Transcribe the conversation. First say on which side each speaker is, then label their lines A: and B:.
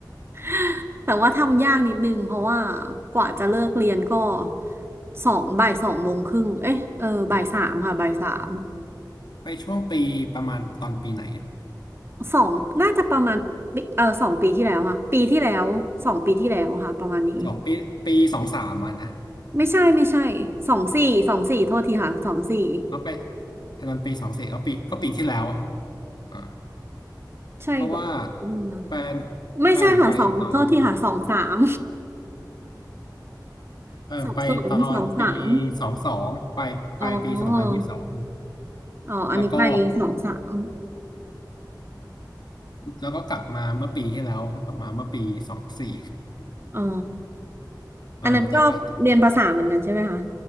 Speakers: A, on the right; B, on the left.
A: <laughs> แต่ว่าทำยากนิดนึงเพราะว่ากว่าจะเลิกเรียนก็สองบ่ายสองโมงครึ่งเอ๊ะเออบ่ายสามค่ะบ่ายสาม
B: อืมไปช่วงปีประมาณตอนปีไหนอะ
A: สองน่าจะประมาณปีเออสองปีที่แล้วค่ะปีที่แล้วสองปีที่แล้วค่ะประมาณนี้
B: สองปีปีสองสามมานะ
A: ไม่ใช่ไม่ใช่สองสี่สองสี่โทษทีค่ะสองสี่
B: แล้วไปตอนปีสองสี่ก็ปีก็ปีที่แล้วอะอ่า
A: ใช่แบบอืม
B: เพราะว่าแฟน
A: ไม่ใช่ค่ะสองโทษทีค่ะสองสาม
B: แฟนผมไปตอนแฟนผมไปตอนปี
A: <laughs> สับสนสองสาม
B: สองสองปลายปลายปีสองพันยี่สิบสอง
A: อ๋ออ๋ออันนี้ไปสองสาม
B: แล้วก็แล้วก็กลับมาเมื่อปีที่แล้วกลับมาเมื่อปีสองสี่
A: อ๋อ
B: เออแต่ว่า
A: อันนั้นก็เรียนภาษาเหมือนกันใช่ไหมคะ